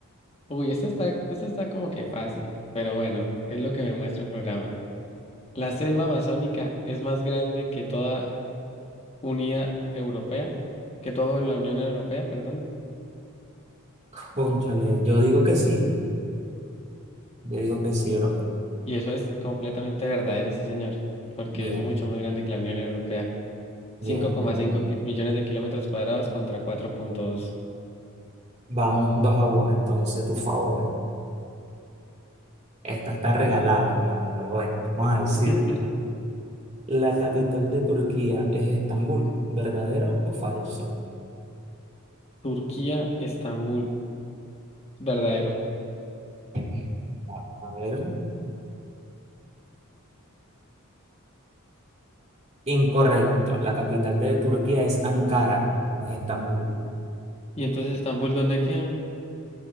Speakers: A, on the left (about 30°); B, on the right (about 30°).
A: Uy, esto está, esto está como que fácil, pero bueno, es lo que me muestra el programa. La selva amazónica es más grande que toda unidad europea, que toda la Unión Europea, perdón.
B: Cónchale, yo digo que sí, yo digo que sí, bro.
A: Y eso es completamente verdadero, sí, señor, porque
B: Bien,
A: es mucho más grande que la Unión Europea. 5,5
B: bien, bien.
A: ki- millones de kilómetros cuadrados contra cuatro punto dos
B: Vamos dos a uno, entonces, por favor. Esta está regalada, hermano, pero bueno, vamos a decírtela.
A: <laughs>
B: La capital de Turquía es Estambul, ¿verdadero o falso?
A: Turquía, Estambul, verdadero.
B: Eh, a ver. Incorrecto. La capital de Turquía es Ankara, no es Estambul.
A: ¿Y entonces Estambul dónde queda?